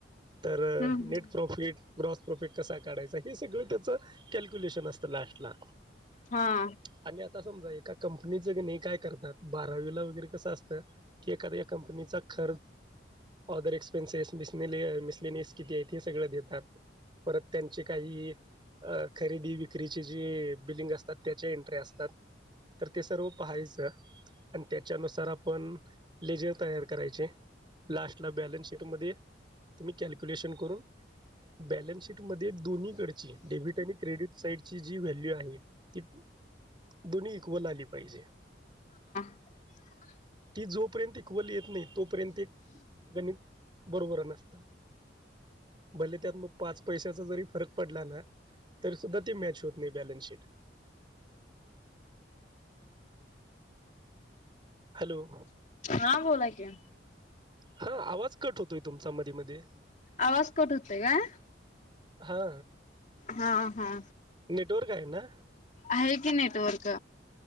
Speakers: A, on the right; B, on the left.
A: तर,
B: हम्म
A: नेट प्रॉफिट, ग्रॉस प्रोफीट कसा काढायचा? हे सगळं त्याचं कॅल्क्युलेशन असतं लास्टला.
B: हा.
A: आणि आता समजा, एका कंपनीचंणी काय करतात. बारावीला वगैरे कसं असतं? कि एखाद्या या कंपनीचा खर् ऑदर एक्सपेन्सेस, मिसले मिस्लेनियस किती आहेत? हे सगळं देतात. परत त्यांचे काही अ खरेदी विक्रीची जी बिलिंग असतात. त्याच्या एंट्री असतात. तर ते सर्व पाहायचं. अन त्याच्यानुसार आपण, लेजर तयार करायचे. लास्ट ला बॅलन्स शीट मधे, तुम्ही कॅल्क्युलेशन करून बॅलन्स मार्केट मधे दोन्हीकडची, डेबिट आणि क्रेडिट साईडची जी व्हॅल्यू आहे. ती दोन्ही इक्वल आली पाहिजे.
B: <inaudible>
A: ती जोपर्यंत इक्वली येत नाहीत. तोपर्यंत ते गणित बरोबर नसत. भले त्यात मग पाच पैशाचा जरी फरक पडला ना, तरी सुद्धा ती मॅच होत नाही बॅलन्स शीट. हॅलो.
B: हां बोला की.
A: हा, आवाज कट होतोय तुमचा, मधी मध्ये.
B: आवाज कट हुतोय काय?
A: हा.
B: हा हा.
A: नेटवर्क आहे ना?
B: आहे की नेटवर्क.